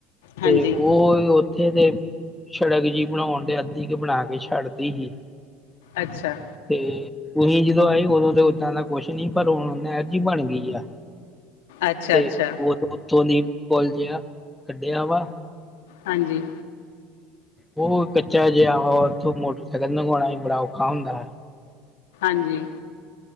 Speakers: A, in the centre; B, on the left.
A: ਤੇ
B: ਹਾਂਜੀ
A: ਓ ਥੇ ਤੇ ਸੜਕ ਜੀ ਬਣਾਉਣ ਡੇ ਅੱਧੀ ਕ ਬਣਾ ਕੇ ਛੱਡਤੀ ਹੀ।
B: ਅੱਛਾ।
A: ਤੇ ਤੁਸੀਂ ਜਦੋਂ ਆਏ ਉਦੋਂ ਤੇ ਓਦਾਂ ਦਾ ਕੁਛ ਨੀ ਪਰ ਹੁਣ ਨਹਿਰ ਜੀ ਬਣ ਗਈ ਆ
B: ਅੱਛਾ
A: ਤੇ
B: ਅੱਛਾ
A: <unintelligible> ਓਥੋਂ ਦੀ ਪੁੱਲ ਜਾ ਕੱਢਿਆ ਵਾ
B: ਹਾਂਜੀ।
A: ਓ ਕੱਚਾ ਜਿਆ ਉਥੋਂ ਮੋਟਰਸਾਈਕਲ ਨਗਵਾਣਾ ਈ ਬੜਾ ਔਖਾ ਹੁੰਦਾ।
B: ਹਾਂਜੀ।